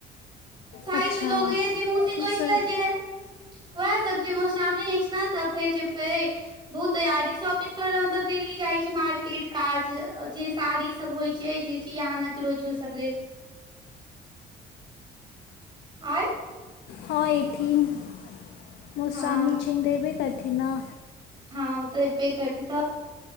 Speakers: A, on the right; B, on the left.
A: शायद
B: अच्छा
A: लग ऐछी जे मोसी
B: की
A: कहहि
B: सब
A: छल जे वएह सब जे मधुश्रावणी एछै नऽ तऽ फेर जेबै बहुत तैयारी सॉपिंग करय लऽ तऽ डेली जाइ छै मार किट काज जे साड़ी सब होइ छै जे चाहि अह रोजो सब लेल आय
B: हँ अथिन मोधश्रामणी
A: हँ
B: छेन तऽ ऐबे करथिन नऽ
A: हँ ओ तऽ एबे करती तऽ